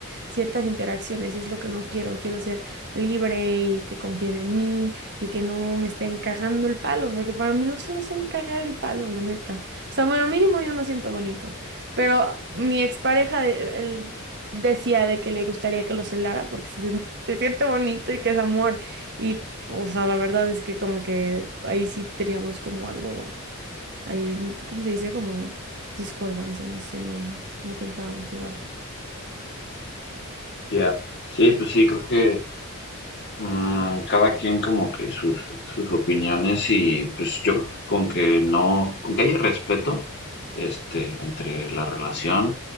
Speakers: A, on the right (about 50°); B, on the left (about 50°).
A: ciertas interacciones y es lo que no quiero. Quiero ser libre y que confíen en mí y que no me estén cagando el palo, porque para mí los celos son cagar el palo, la neta. O sea, bueno, mínimo yo no siento bonito, pero mi expareja de- él decía de que le gustaría que lo celara porque se, sien- se siente bonito y que es amor. Y, o sea, la verdad es que como que ahí sí teníamos como algo, ahí, ¿cómo se dice? Como discordancia, no sé, no, no pensábamos igual.
B: Ya, Sí, pues sí, creo que Mm, cada quien como que sus, sus opiniones y pues yo creo que con que no, con que haya respeto, este, entre la relación,